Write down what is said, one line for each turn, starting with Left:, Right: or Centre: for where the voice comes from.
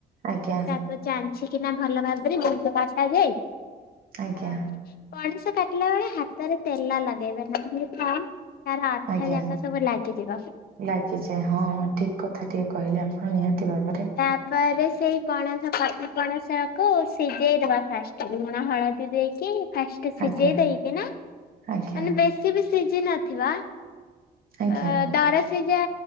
Right: ଆଜ୍ଞା
Left: ତାପରେ ଚା ଅଛି କିନା ଭଲ ଭାବରେ ଯେମିତି କଠାଯାଏ
Right: ଆଜ୍ଞା
Left: ଅ ପଣସ କାଟିଲା ବେଳେ ହାତରେ ତେଲ ଲଗେଇବେ ନହେଲେ ଫ୍ୟା ତାର ଅଠା
Right: ଆଜ୍ଞା।
Left: ଯାକ ସବୁ ଲାଗିଯିବ।
Right: ଲାଗିଯାଏ। ହଁ ହଁ ଠିକ କଥା ଟିଏ କହିଲେ ଆପଣ ନିହାତି ଭାବରେ
Left: ତାପରେ ସେଇ ପଣସ ପ ପଣସ କୁ ସିଝେଇ ଦବା ଫାଷ୍ଟ ଲୁଣ ହଳଦୀ ଦେଇକି। ଫାଷ୍ଟ ସିଝେଇ
Right: ଆଜ୍ଞା
Left: ଦେଇକିନା
Right: ଆଜ୍ଞା।
Left: ମାନେ ବେଶୀ ବି ସିଝି ନଥିବା।
Right: ଆଜ୍ଞା
Left: ଅ ଦରସିଝା